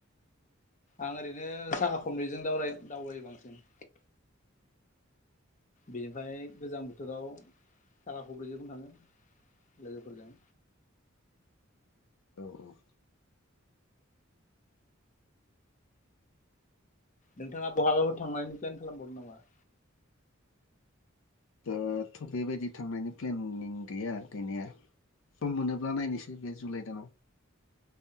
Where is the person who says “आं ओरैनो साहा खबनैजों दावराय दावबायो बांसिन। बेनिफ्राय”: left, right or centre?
Left